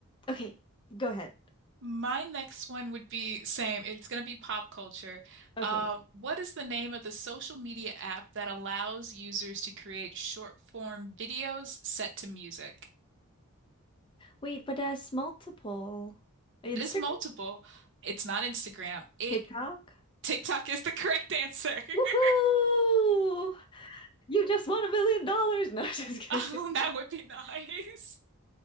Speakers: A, on the left; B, on the right.
A: Okay, go ahead.
B: My next one would be same. It's going to be pop culture.
A: Okay.
B: Um, what is the name of the social media app that allows users to create short form videos set to music?
A: Wait, but there's multiple. Instagram,
B: It is multiple. It's not Instagram. It
A: TikTok.
B: TikTok is the correct answer. <laughs>
A: Woohoo! You just won a million dollars. No, <laughs> just kidding.
B: Oh, that would be nice.